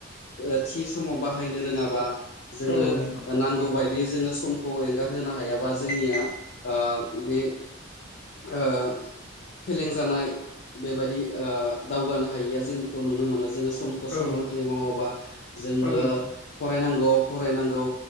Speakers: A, on the left; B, on the left.
A: ओ थि समाव बाहायनो रोङाबा जोङो
B: औ औ नोंथां
A: नांगौ
B: नंगौ
A: बाय दि जोङो समखौ एंगारहोनो हायाबा जोंनिया आ बे ओ फेलें जानाय बेबायदि ओ दावगानो हायिया जोंनिखौ नुनो मोनो जोङो समखौ
B: औ
A: सम मथै मावाबा जोङो
B: औ नोंथां
A: फरायनां गौ फरायनांगौ